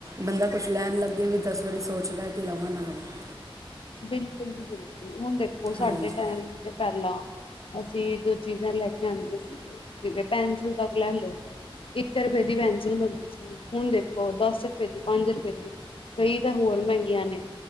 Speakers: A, on the right; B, on the left.
A: ਬੰਦਾ ਕੁਛ ਲੈਣ ਲਗੇ ਵੀ ਦਸ ਵਾਰੀ ਸੋਚਦਾ ਕਿ ਲਵਾ ਨਾ ਲਵਾ-
B: ਬਿਲਕੁਲ ਜੀ ਬਿਲਕੁਲ ਹੁਣ ਦੇਖੋ ਸਾਡੇ
A: ਹਾਂਜੀ
B: ਟੈਮ- ਤੇ ਪੈਲਾ ਅਸੀ ਜੋ ਚੀਜਾ ਲੈ ਕੇ ਆਉਂਦੇ ਸੀਗੇ- ਜਿਵੇ ਪੈਨਸਿਲ ਸੈਟ ਲੈ ਲੋ- ਇਕ ਰੁਪਏ ਦੀ ਪੈਨਸਿਲ ਮਿਲਦੀ ਸੀ ਹੁਣ ਦੇਖੋ ਦਸ ਰੁਪਏ ਦੀ ਪੰਜ ਰੁਪਏ ਦੀ- ਕਈ ਤਾਂ ਹੋਰ ਮਹਿੰਗੀਆਂ ਨੇ